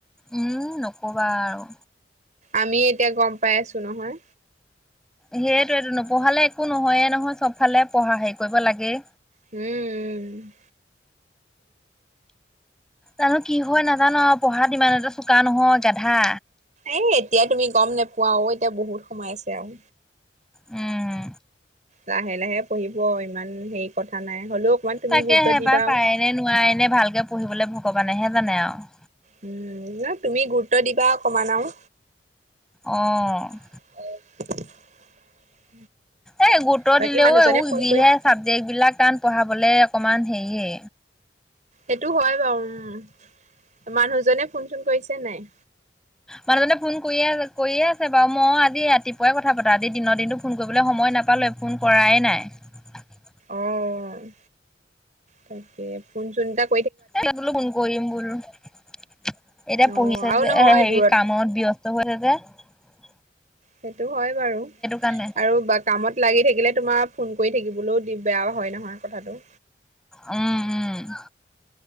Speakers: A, in the centre; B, on the right (about 45°).
A: উম নকবা আৰু।
B: আমি এতিয়া গম পাই আছো নহয়।
A: সেইটোৱেটো এইটো নপঢ়ালে একো নহয়ে নহয় চব ফালে পঢ়া হেৰি কৰিব লাগেই
B: উম,
A: জানো কি হয় নাজানো আৰু পঢ়াত ইমান এটা চোকা নহয় গাধা।
B: এ এতিয়া তুমি গম নোপোৱা ও এতিয়া বহুত সময় আছে আৰু।
A: উম,
B: লাহে লাহে পঢ়িব ইমান হেৰি কথা নাই হ'লেও অকমান তুমি
A: তাকে
B: গুৰুত্ব
A: হেবাৰ
B: দিবা
A: পায়
B: আৰু।
A: ন নোৱায় নে ভালকে পঢ়িবলৈ ভগৱান। মানেহে জানে আৰু।
B: উম না তুমি । অট দিবাকমানা আৰু
A: অঁ-
B: <unintelligible>
A: এ' গুৰুত্ব
B: বাকী
A: দিলেও
B: মানুহজনে
A: এইবোৰ
B: ফোন
A: যিহে
B: কৰিছে
A: চাবজেক্ট বিলাক টান পঢ়াবলে অকমান হেইয়ে।
B: হেটো হয় বাৰু উম্‌। মানুহজনে ফোন চোন কৰিছে নাই?
A: মানুহজনে ফোন কৰিয়ে আছে- কৰিয়ে আছে বাও। মই আজি ৰাতিপুৱাই কথা পাতা। আজি দিনৰ দিনটো ফোন কৰিবলৈ সময় নাপালোৱে, ফোন কৰায়ে নাই।
B: অ'- তাকে। ফোন চোনটাক
A: এ' তাক বোলো ফোন কৰিম বোলো। এতিয়া
B: অ'
A: পঢ়িছে
B: আৰু
A: যে,
B: নহয়
A: এ' হেৰি
B: দূৰত
A: কামত ব্যস্ <unintelligible>
B: সেইটো হয় বাৰু।
A: কাৰণে
B: আৰু বা কামত লাগি থাকিলে তোমাৰ ফোন কৰি থাকিবলৈও দি বেয়া হয় নহয় কথাটো।
A: উম' উম'।